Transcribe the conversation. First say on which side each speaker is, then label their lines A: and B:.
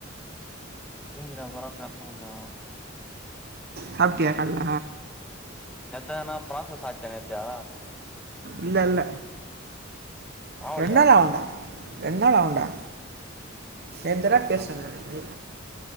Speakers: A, in the centre; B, on the right.
A: தூங்கிட்டா எப்புறா பேச முடியு
B: சாப்ட்டியா கால்ல
A: என்னத்தா நா ப்ரோசஸ் ஆச்சா நேத்த
B: இல்ல இல்ல
A: ஆவலையா
B: ரெண் நாள் ஆவுண்டா ரெண் நாள் அவுண்டா நேத்தான
A: இன்னு ரெண்டு
B: பேசுனே
A: நாளா
B: நே